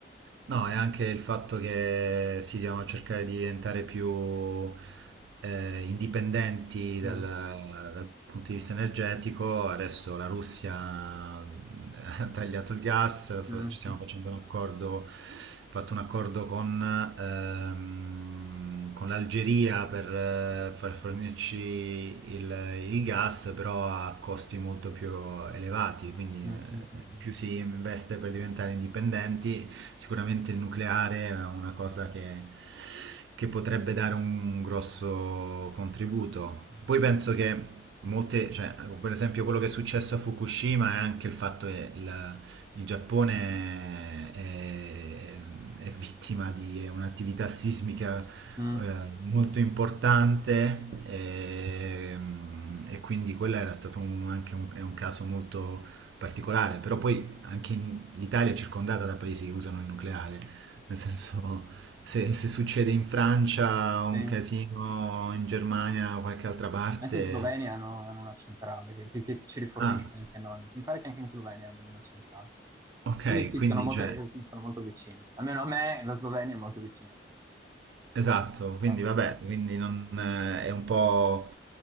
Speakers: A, on the right; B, on the right.
A: No, è anche il fatto che si devono cercare di diventare più eh, indipendenti
B: Mm,
A: dal, dal punto di vista energetico. Adesso la Russia mm, <laughs> ha tagliato il gas,
B: mm,
A: fa- ci stiamo
B: mm,
A: facendo un accordo, fatto un accordo con, ehm, con l'Algeria per eh, far fornirci il, il gas, però a costi molto più elevati, quindi
B: mm,
A: eh,
B: mm,
A: più si
B: mm,
A: investe per diventare indipendenti, sicuramente il nucleare è una cosa che, che potrebbe dare un grosso contributo.
B: mm,
A: Poi penso che molte, cioè, per esempio quello che è successo a Fukushima è anche il fatto che il, il Giappone è, è vittima di un'attività sismica
B: mm,
A: eh, molto importante e, e quindi quello era stato un- anche un, è un caso molto particolare, però poi anche in- l'Italia è circondata da paesi che usano il nucleare, nel senso se, se succede in Francia un
B: sì.
A: casino, in Germania o qualche altra parte...
B: Anche in Slovenia hanno, hanno una centrale che, che- che ci rifornisce
A: Ah,
B: anche a noi. Mi pare che anche in Slovenia abbiano una centrale.
A: ok,
B: Quindi sì,
A: quindi
B: sono molto,
A: c'è...
B: eh, sì, sono molto vicini. Almeno a me la Slovenia è molto vicina.
A: Esatto, quindi
B: Ah.
A: vabbè, quindi non, eh, è un po',